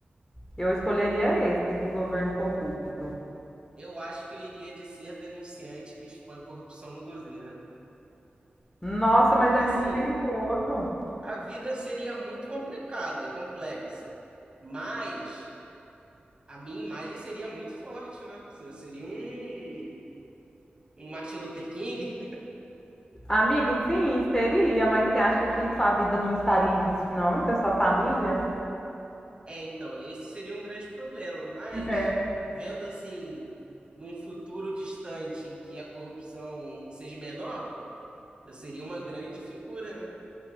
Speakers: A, on the left; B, on the right.
A: Eu escolheria esse do governo corrupto.
B: Eu acho que eu iria de ser denunciante que expõe corrupção no governo.
A: Nossa,
B: Porque,
A: mas é
B: assim,
A: muito perigoso.
B: a vida seria muito complicada e complexa. Mas a minha imagem seria muito forte, né? Eu seria um, um Martin Luther King.
A: Amigo, sim, seria, mas você acha que sua vida não estaria em risco, não, e da sua família?
B: É, então, esse seria um grande problema, mas
A: É.
B: vendo assim, num futuro distante em que a corrupção seja menor, eu seria uma grande figura, né?